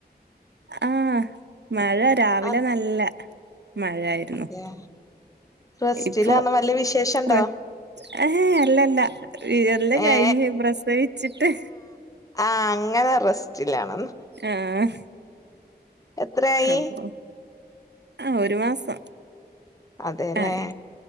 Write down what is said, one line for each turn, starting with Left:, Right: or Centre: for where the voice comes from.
Right: ആഹ് മഴ രാവിലെ
Left: ആ
Right: നല്ല മഴായിരുന്നു
Left: അതെ റെസ്റ്റില്
Right: ഇപ്പൊ
Left: പറഞ്ഞ വല്ല വിശേഷണ്ടോ
Right: പ്ര ഏഹ് അല്ലല്ല എല്ലം കഴിഞ്ഞ്
Left: ഏ
Right: പ്രസവിച്ചിട്ട്
Left: ആഹ് അങ്ങനെ റെസ്റ്റിലാണ്
Right: ആഹ്
Left: എത്രയായി
Right: അപ്പൊ ആഹ് ഒരു മാസം
Left: അതെല്ലേ
Right: ആയി